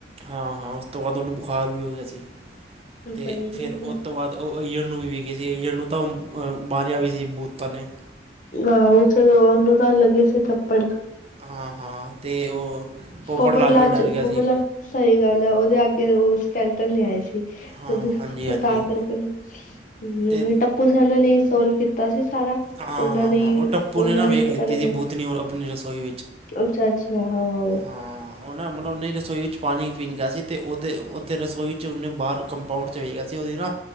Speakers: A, on the right (about 30°); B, on the left (about 45°).
A: ਹਾਂ-ਹਾਂ, ਉਸ ਤੋਂ ਬਾਅਦ ਉਹਨੂੰ ਬੁਖਾਰ ਵੀ ਹੋ ਗਿਆ ਸੀ, ਤੇ
B: ਸਹੀ
A: ਫਿਰ
B: ਗੱਲ
A: ਉਹ
B: ਹੈ
A: ਤੋਂ ਬਾਅਦ ਉਹ ਈਅਰ ਨੂੰ ਵੀ ਵਿਖੀ ਸੀ, ਈਅਰ ਨੂੰ ਤਾਂ ਅਹ ਮਾਰਿਆ ਵੀ ਸੀ ਬੂਤਾਂ ਨੇ
B: ਆਹ ਉਸੇ ਤੋ ਬਾਦ, ਔਨੂੰ ਤਾਂ ਲੱਗੇ ਸੀ ਥੱਪੜ
A: ਹਾਂ ਹਾਂ ਅਤੇ ਉਹ
B: ਪੋਪਟ ਲਾਲ,
A: ਵੀ ਡਰ ਗਿਆ
B: ਪੋਪਟ
A: ਸੀ
B: ਲਾ ਸਹੀ ਗੱਲ ਹੈ, ਉਹਦੇ ਅੱਗੇ ਉਹ ਸਕੈਲਿਟਨ ਲਿਆਏ ਸੀ।
A: ਹਾਂ
B: ਔ ਦੇ
A: ਹਾਂਜੀ
B: ਉਹ
A: ਹਾਂਜੀ
B: ਤਾਂ ਆ ਕਰਕੇ ਹੂੰ,
A: ਅਤੇ
B: ਆਪ ਸਾਨੇ ਹੀ, ਸੋਲਵ ਕੀਤਾ ਸੀ ਸਾਰਾ,
A: ਹਾਂ
B: ਉਹਨਾਂ
A: ਹਾਂ
B: ਨੇ
A: ਹਾਂ
B: ਹੀ,
A: ਉਹ ਟੱਪੂ
B: ਉਹਨਾਂ
A: ਨਾ
B: ਨੇ
A: ਵੇਖ
B: ਹੀ, ਪਤਾ
A: ਲਿੱਤੀ
B: ਲੱਗਾਗਾ।
A: ਸੀ ਬੂਤਨੀ ਆਪਣੀ ਰਸੋਈ
B: ਅੱਛਾ, ਅੱਛਾ ਹਾਂ,
A: ਉਹੇ ਮਤਲਬ ਉਹਨਾ ਰਸੋਈ ਵਿੱਚ ਪਾਣੀ ਪੀਣ ਗਿਆ ਸੀ, ਅਤੇ ਉਹਦੇ ਉੱਥੇ ਰਸੋਈ ਵਿੱਚ ਔਨੇ ਬਾਹਰ ਕੰਪਾਊਂਡ 'ਚ ਵੇਖ ਗਿਆ ਸੀ, ਉਹਦੀ ਨਾ